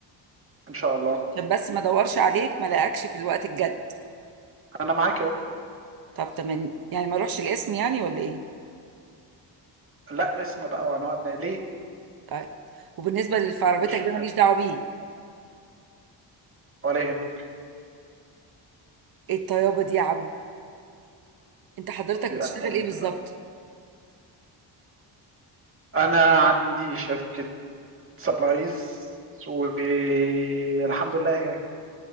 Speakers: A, on the right; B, on the right.
A: ان شاء الله
B: عشان بس ما أدورش عليك ما لاقكش في الوقت الجد
A: انا معاك اهو
B: طب تمام يعني ما اروحش الاسم يعني ولا ايه
A: لا اسم بقى وهنقعد ن- ليه
B: طيب وبالنسبه لفرابيتك
A: مش
B: ده ماليش دعوه بيه
A: ولا يهمك
B: ايه الطيابه دي يا عم انت حضرتك
A: في
B: بتشتغل
A: اكتر من
B: ايه بالظبط
A: كده انا عندي شركه سبلايز والحمد لله يعني